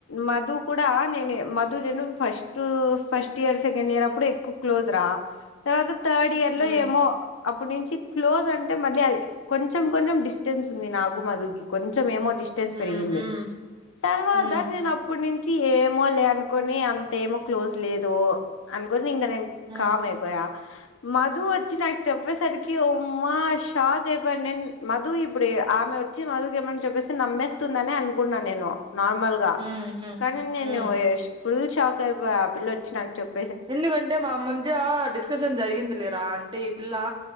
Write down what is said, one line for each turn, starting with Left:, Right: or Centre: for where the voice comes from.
Left: మధు కడా నేనే Madhu first first year second year అప్పుడు ఎక్కువ క్లోజ్ రా తర్వాత తర్డ్ ఇయర్
Right: హ్మ్.
Left: లో ఏమో అప్పుటి నుంచి క్లోజ్ అంటే మళ్ళీ అ కొంచెం కొంచెం డిస్టెన్స్ ఉంది నాకు మధుకి కొంచెం ఏమో డిస్టెన్స్
Right: హ్మ్.
Left: పెరిగింది
Right: హ్మ్.
Left: తర్వాత
Right: హ్మ్.
Left: నేన్ అప్పుడ్ నుంచ్ ఏమో లే అనుకొని అంత ఏమో క్లోజ్ లేదూ అన్ గుడ్నింగ్క
Right: హ్మ్.
Left: కామ్ అయిపోయా మధూ ఒచ్చి నాక్ చెప్పేసరికి ఉమ్మా షాక్ ఐపోయాన్ నేన్ మధు ఇప్పుడ్ ఆమె వచ్చి మధుకు ఏమన చెప్పేస్తె నమ్మేస్తుందని అనుకున్నా నేను నార్మల్ గా
Right: హ్మ్. హ్మ్.
Left: కనీ నేనూ
Right: హ్మ్.
Left: ఎ ఫుల్ షాక్ ఐపోయా పిల్లొచ్చి నాక్ చెప్
Right: ఎందుకంటే మా మధ్యా డిస్కషన్ జరిగింది లేరా అంటే ఇ పిల్లా